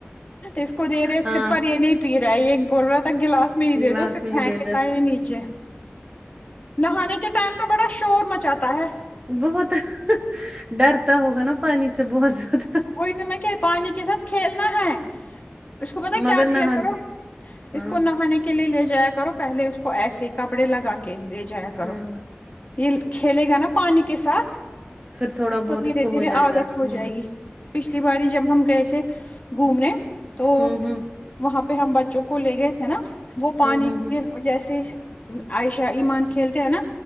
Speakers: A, on the left; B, on the right.
A: اس کو دے رہے
B: ہاں
A: سپر یہ نہیں پی رہا ہے یہ بول رہا گلاس می ہی
B: گلاس
A: دے دو پھر
B: میں
A: پھیکتا
B: ہی دے دو
A: ہے یہ نیچے نہانے کے ٹائم تو بڑا شور مچاتا ہے
B: بہت ڈرتا ہوگا نا پانی سے بہت زیادہ
A: کوئی تو میں کہہ پانی کے ساتھ کھیلنا ہے اس کو پتا
B: مگر
A: کیا
B: نہانا
A: کیا کرو اس
B: ہاں
A: کو نہانے کے لیے لے جایا کرو پہلے اس کو ایسے کپڑے لگا کے لے جایا کرو
B: ہاں
A: یہ کھیلے گا نا پانی کے ساتھ
B: پھر تھوڑا
A: اس کو
B: بہت
A: دھیرے دھیرے
B: ہو جائے
A: عادت
B: گا
A: ہو
B: ہ
A: جائے گی پچھلی باری جب ہم گئے تھے گھومنے تو
B: ہ ہ
A: وہاں پہ ہم بچوں کو لے گئے تھے نا وہ پانی
B: ہ ہ ہ
A: کے جیسے عائشہ ایمان کھیلتے ہیں نا